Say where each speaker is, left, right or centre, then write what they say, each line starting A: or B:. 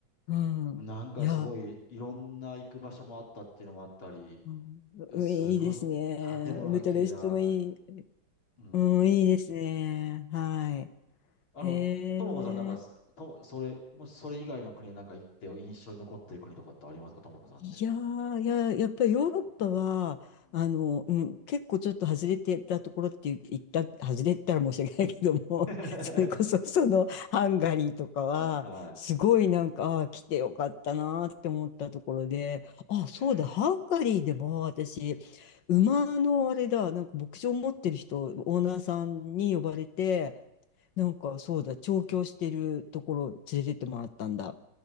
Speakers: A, on the left (about 65°); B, on the left (about 90°).
A: うんいや、
B: なんかすごい、いろんな行く場所もあったっていうのもあったり、
A: うん、うんいいですね。
B: すごい、建物が綺麗だと。
A: ブタレストもいい。
B: うん。
A: うん、いいですね。はい。
B: あの、
A: へえ。
B: ともこさん、なんか、と、それ、もしそれ以外の国へなんか行って印象に残ってる国とかってありますか、ともこさんで。
A: いやー、いや、やっぱりヨーロッパは、
B: うん
A: あの、うん、結構ちょっと外れてたところって言った、外れてたら申し訳ないけども、
B: <laughs>
A: <laughs> それこそそのハンガリーとかは、
B: は
A: すごいなんか、ああ来てよかったなーって思ったところで、あ、そうだ、
B: い。
A: ハンガリーでも私、
B: ええ
A: 馬のあれだ、なんか牧場持ってる人、オーナーさんに呼ばれて、なんかそうだ、調教してるところ連れてってもらったんだ。